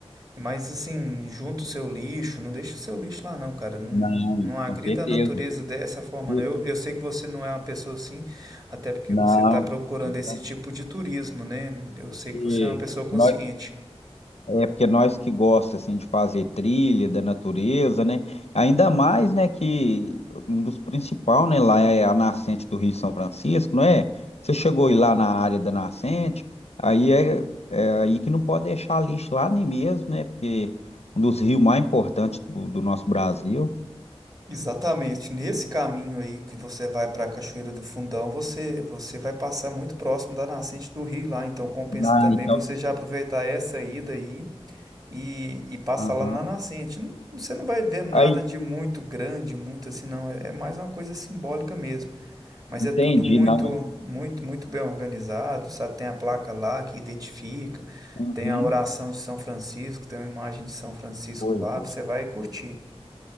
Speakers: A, on the right (about 35°); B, on the left (about 80°).
A: Mas assim, junta o seu lixo, não deixa o seu lixo lá não, cara. Não,
B: Não,
A: não agrida
B: com certeza.
A: a natureza dessa forma,
B: E-
A: não. Eu, eu sei que você não é uma pessoa assim, até porque
B: Não,
A: você está procurando
B: verdade.
A: esse tipo de turismo, né? Eu sei
B: Porque
A: que você é uma pessoa consciente.
B: nós É porque nós que gosta assim de fazer trilha da natureza, né? Ainda mais, né, que um dos principais, né, lá é a nascente do Rio São Francisco, não é? Você chegou aí lá na área da nascente, aí é, é aí que não pode deixar lixo lá nem mesmo, né? Porque um dos rios mais importantes do, do nosso Brasil.
A: Exatamente. Nesse caminho aí que você vai para a Cachoeira do Fundão, você você vai passar muito próximo da nascente do rio lá, então compensa
B: Ah,
A: também
B: então,
A: você já aproveitar essa ida aí e, e passar
B: aham.
A: lá na nascente. Não- Você não vai ver nada
B: Aí,
A: de muito grande, muito assim, não. É, é mais uma coisa simbólica mesmo. Mas
B: entendi,
A: é tudo muito,
B: não, mas
A: muito, muito bem organizado, sabe? Tem a placa lá que identifica,
B: uhum,
A: tem a oração de São Francisco, tem uma imagem de São Francisco
B: pois
A: lá,
B: é.
A: você vai curtir.